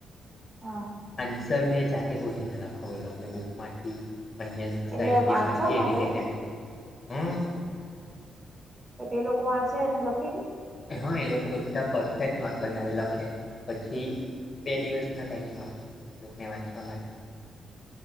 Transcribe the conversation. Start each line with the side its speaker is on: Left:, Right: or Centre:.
Right: હા.
Left: આન્સર મેં જાતે શોઢીને લખાવ એ લોકોને બુકમાંથી અન્ય
Right: એટલે
Left: સાહિત્યમાંથી
Right: વાંચવા
Left: એવી
Right: માટે
Left: રીતે હમ
Right: અને તે લોકો વાંચે અને લખાઈ જાય
Left: હા એ લોકો બધા પરફેક્ટ નોટ બનાવી લખે પછી બે દિવસ ના ટાઈમિંગ આપું એ લોકોને વાંચવા માટે